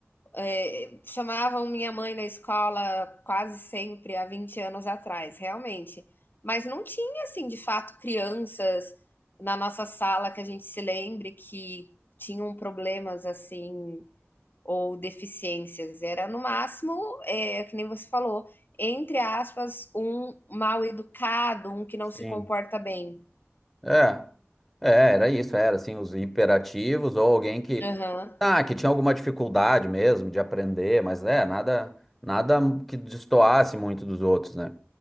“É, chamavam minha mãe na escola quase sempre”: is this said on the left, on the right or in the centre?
Left